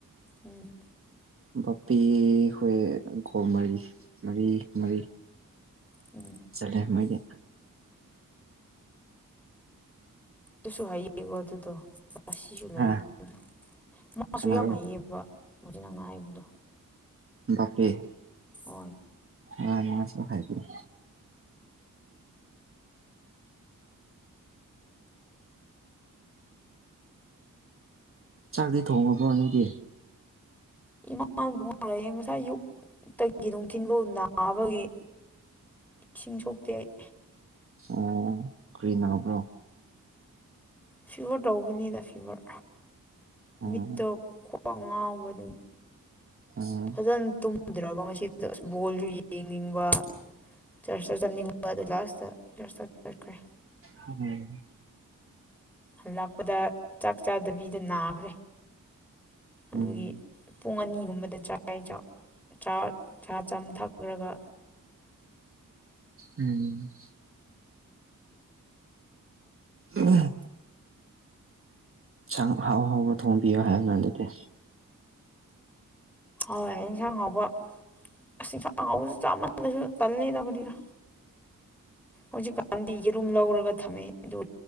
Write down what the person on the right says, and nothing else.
ꯕꯄꯤ ꯍꯣꯏꯈꯣ ꯃꯔꯤ ꯃꯔꯤ ꯃꯔꯤ
ꯆꯂꯦ ꯃꯒꯤ
ꯍꯥ
ꯀꯅꯥꯔꯣ
ꯕꯥꯀꯦ
ꯍ ꯅꯁꯨ ꯍꯥꯏꯥꯏꯗ ꯆꯥꯛꯗꯤ ꯊꯣꯡꯉꯕ꯭ꯔꯣ ꯅꯣꯏꯒꯤ
ꯑꯣ ꯀꯔꯤ ꯅꯥꯎꯕ꯭ꯔꯣ
ꯑꯣ
ꯑꯣ
ꯎꯝ
ꯎꯝ ꯎꯝ
ꯎꯝ ꯑꯝ ꯁꯪ ꯍꯥꯎ ꯍꯥꯎꯕ ꯊꯣꯡꯕꯤꯌꯨ ꯍꯥꯏꯔꯅ ꯑꯗꯨꯗꯤ